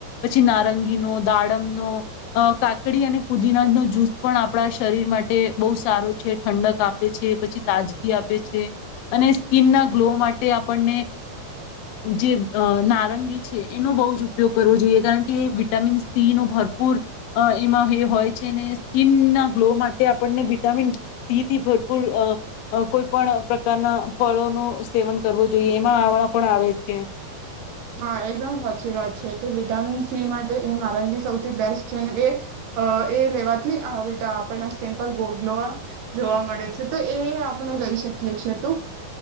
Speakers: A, on the left (about 85°); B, on the right (about 65°).
A: પછી નારંગીનોો દાડમનોો કાકડી અને પુદીના નો જ્યુસ પણ આપણા શરીર માટે બહુ સારો છે ઠંડક આપે છે પછી તાજગી આપે છે. અને સ્કીિનના ગ્લો માટે આપણને જે નારંગી છે એનો બહુ જ ઉપયોગ કરવો જોઈએ કારણ કે એ વિટામિન સી ન ભરપૂર એમાં એ હોય છે અને સ્કીિનના ગ્લો માટે આપણને વિટામિન સી થી ભરપૂર કોઈ પણ ના ફળોનું સેવન કરવું જોઈએ એમાં આવણા પણ આવે છે. છે.
B: હા એકદમ સાચી વાત છે કે વિટામિન સી માટે એ નારંગી સૌથી બેસ્ટ છેને એ એ લેવાથીટા આપના સ્કીિન પર ગ્લોવા જોવા મળે છે તો એ આપણે લઈ શકીય છેએ તો